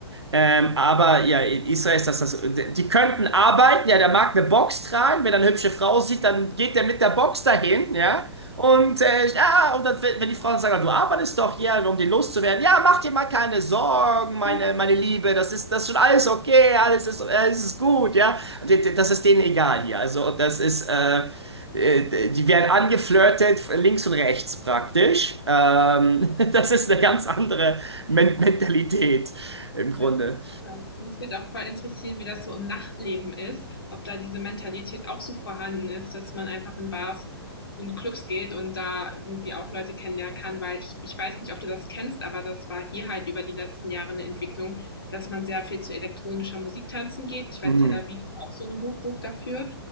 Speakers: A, on the right; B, on the left.
A: Ähm, aber ja, in Israel ist das das. Die könnten arbeiten, ja, der mag eine Box tragen, wenn er eine hübsche Frau sieht, dann geht der mit der Box dahin, ja. Und äh, ja, und dann, wenn wenn die Frauen sagen, du arbeitest doch hier, um die loszuwerden, ja, mach dir mal keine Sorgen, meine,
B: <laughs>
A: meine Liebe, das ist, das ist schon alles okay, alles ist, alles ist gut, ja. Und die- die- Das ist denen egal hier. Also, das ist, äh, äh, die werden angeflirtet, links und rechts praktisch. Ähm, <laughs> das ist eine ganz andere Men Mentalität im
B: Das
A: Grunde.
B: ist krass. Mich würde auch voll interessieren, wie das so im Nachtleben ist, ob da diese Mentalität auch so vorhanden ist, dass man einfach in Bars und Clubs geht und da irgendwie auch Leute kennenlernen kann, weil ich, ich weiß nicht, ob du das kennst, aber das war hier halt über die letzten Jahre eine Entwicklung, dass man sehr viel zu elektronischer Musik tanzen geht. Ich weiß,
A: Mhm.
B: Tel Aviv ist auch so eine Hochburg dafür,